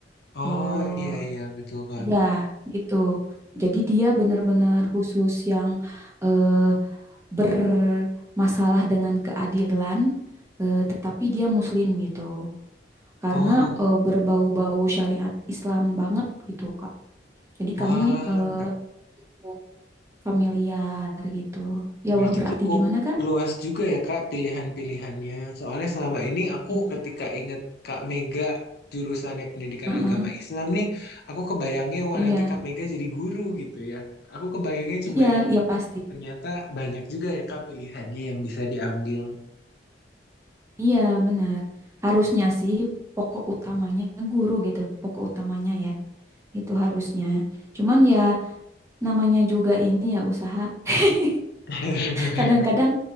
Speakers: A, on the left; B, on the right.
A: Oh,
B: Eh,
A: iya, iya, betul, Kak.
B: Iya, gitu. Jadi dia benar-benar khusus yang eh, bermasalah dengan keadilan, eh, tetapi dia Muslim gitu. Karena
A: Oh,
B: eh, berbau-bau syariat Islam banget gitu, Kak. Jadi
A: wah,
B: kami eh, cukup familiar gitu. Ya,
A: Berarti
B: wah berarti
A: cukup
B: gimana, Kak?
A: luas juga ya Kak pilihan-pilihannya. Soalnya selama ini aku
B: Iya.
A: ketika ingat Kak Mega jurusannya pendidikan
B: Heeh,
A: agama Islam nih, aku kebayangnya wah
B: Iya,
A: nanti Kak Mega jadi guru gitu ya. Aku kebayangnya cuma
B: iya,
A: itu.
B: iya pasti.
A: Ternyata banyak juga ya Kak pilihannya yang bisa diambil.
B: Iya, benar. Harusnya sih pokok utamanya guru gitu, pokok utamanya ya. itu harusnya. Cuman ya namanya juga ini ya usaha. <laughs>
A: <laughs>
B: Kadang-kadang